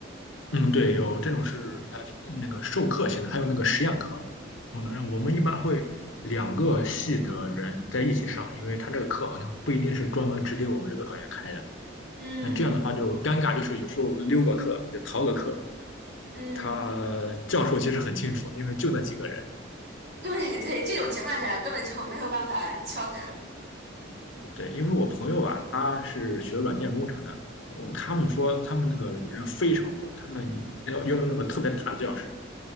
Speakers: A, on the left; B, on the right.
A: 嗯，对，有这种是它那个授课型的，还有那个实验课。嗯，然后我们一般会两个系的人在一起上，因为他这个课好像不一定是专门只给我们这个专业开的。
B: 嗯
A: 那这样的话就尴尬，就是有时候溜个课就逃个课。
B: 嗯，
A: 他教授其实很清楚，因为就那几个人。
B: 对对，这种情况下根本就没有办法翘课。
A: 对，因为我朋友啊，他是学软件工程的，他们说他们那个人非常多，他们要要用那个特别大的教室。